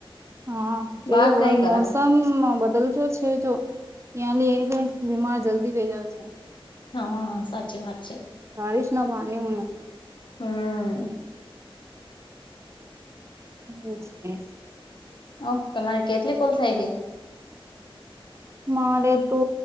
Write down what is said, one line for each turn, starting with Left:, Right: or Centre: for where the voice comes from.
Right: હા
Left: બહાર
Right: એક
Left: કઈ
Right: વન
Left: કરા
Right: મોસ મ બદલ્યો છે જો ત્યાં લ બીમાર જલ્દી વેજાય છે.
Left: હા સાચી વાત છે.
Right: સારીશ ના પાની હું ન.
Left: હમ
Right: હ છે.
Left: ઓ તમારે કેટલી કોલ થઈ ગઈ?
Right: મારે તો